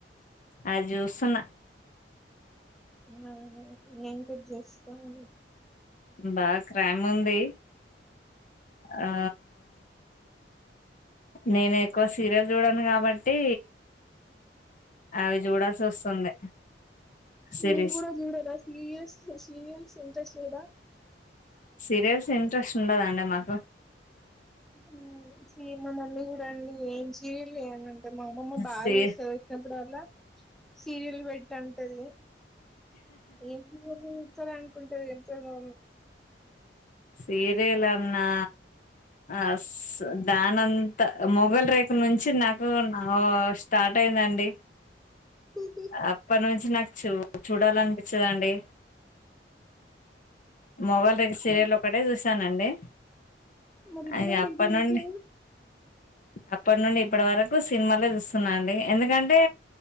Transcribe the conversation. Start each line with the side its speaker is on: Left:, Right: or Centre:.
Left: అది చూస్తున్న
Centre: ఆ నేను కూడా చూస్తాను.
Left: బాగా క్రైమ్ ఉంది ఆ నేను ఇక్కువ సీరియల్ చూడండి కాబట్టి అవి చూడాల్సి వస్తుంది సిరీస్
Centre: మీరు కూడా చూడరా సీరియల్స్, సీరియల్స్ ఇంట్రెస్ట్ లేదా.
Left: సీరియల్స్ ఇంట్రెస్ట్ ఉండదండి మాకు
Centre: ఉమ్ సి మా మమ్మీ కూడా అండి సీరియల్ లేయాలండి. మా అమ్మమ్మ బాగా
Left: సీ
Centre: చూస్తది వచ్చినప్పుడల్ల సీరియల్ పెట్టుంటది. ఎం సీరియల్ చూతాల అనుకుంటది ఎంత మ
Left: సీరియల్ అన్నా అ దానంతా మొఘల్ రేకులు నుంచి నాకు స్టార్ట్ అయి దండి
Centre: మమ్మీ
Left: అప్పటి నుంచి నాకు చూ చూడాలనిపించదండి. మొఘల్ రేకూల్ సీరియల్
Centre: మరి
Left: ఒకటే చూశానండి.
Centre: మరి ఇప్పుడెందుకు
Left: అ ఇగ అప్పనుండి
Centre: చూడట్లేదు
Left: అప్పటి నుండి ఇప్పటి వరకు సినిమాలే చూస్తున్నా అండి ఎందుకంటే